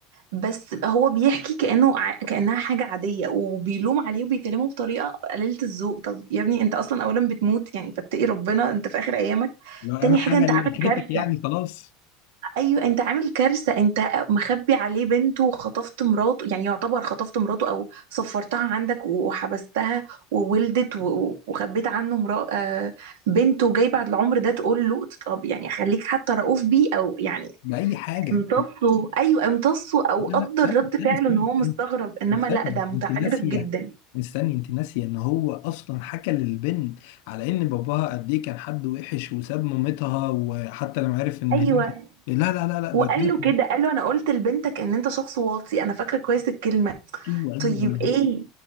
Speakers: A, on the right; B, on the left.
A: بس هو بيحكي كأنه ع- كأنها حاجة عادية وبيلوم عليه وبيكلمه بطريقة قليلة الذوق طب يا ابني انت اصلا اولا بتموت يعني فاتقي ربنا انت في اخر ايامك
B: لو اعمل
A: تاني حاجة
B: حاجه
A: انت
B: لاخرتك
A: عامل كارثة
B: يعني خلاص
A: ايوه انت عامل كارثه انت مخبي عليه بنته وخطفت مراته يعني يعتبر خطفت مراته او سفرتها عندك وحبستها وولدت و- و- وخبيت عنه مرا... آه، بنته جاي بعد العمر ده تقول له طب يعني خليك حتى رؤوف بيه او يعني
B: باي حاجه
A: امتصه
B: لا
A: ايوه امتصه او
B: لا
A: قدر
B: استنى
A: رد فعله
B: استنى استنى
A: ان هو
B: استنى
A: مستغرب انما لا ده
B: استنى
A: متعجرف
B: انت ناسيه
A: جدا
B: استني انت ناسيه ان هو اصلا حكى للبنت على ان باباها قد ايه كان حد وحش وساب مامتها وحتى لما عرف ان
A: ايوه
B: هي لا لا لا لا
A: وقال
B: ده كده
A: له كده قال له انا قلت لبنتك ان انت شخص واطي انا فاكره كويس الكلمه
B: ايوه ايوه
A: طيب ايه